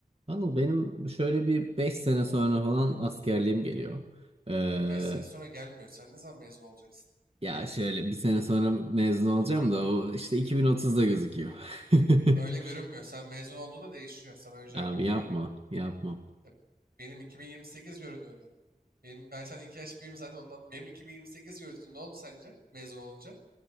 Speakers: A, on the right; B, on the right.
A: Anıl benim şöyle bir 5 sene sonra falan askerliğim geliyor. Ee,
B: Ha, 5 sene sonra gelmiyor. Sen ne zaman mezun olacaksın?
A: ya şöyle bir sene sonra mezun olacağım da o işte 2030'da gözüküyor. <laughs>
B: Öyle görünmüyor. Sen mezun olduğunda değişiyor. Sana önceden
A: Abi
B: bilgi
A: yapma,
B: vereyim.
A: yapma.
B: Ya, Benim 2028 görünüyordu. Benim, ben sen 2 yaş büyüğüm zaten ondan. Benim 2028 göründü. Ne oldu sence mezun olunca?